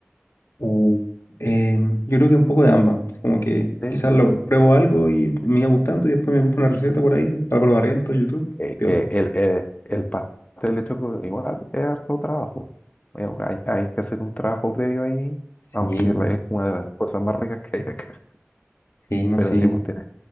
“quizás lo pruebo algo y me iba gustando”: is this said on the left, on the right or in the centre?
Left